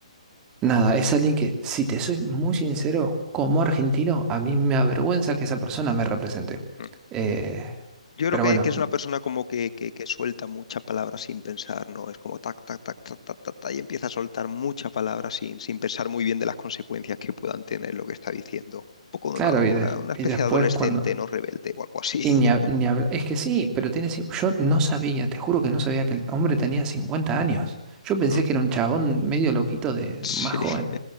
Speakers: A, on the right (about 15°); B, on the left (about 60°).
A: nada, es alguien que, si te soy muy sincero, como argentino, a mí me avergüenza que esa persona me represente.
B: Mm.
A: Eh,
B: Yo creo
A: pero
B: que,
A: bueno,
B: que es una persona como que, que, que suelta mucha palabra sin pensar, ¿no? Es como tac, tac, tac, tac, tac, tac, tac, y empieza a soltar mucha palabra sin, sin pensar muy bien de las consecuencias que puedan tener lo que está diciendo. Un poco de
A: claro,
B: una, una,
A: y, des-
B: una especie
A: y después
B: de adolescente
A: cuando.
B: no rebelde o algo así.
A: Y ni,
B: <laughs>
A: hab- ni habl- Es que sí, pero tiene... cin- Yo no sabía, te juro que no sabía que el hombre tenía 50 años. Yo pensé
B: Mm,
A: que era un chabón medio loquito de
B: Sí,
A: más joven.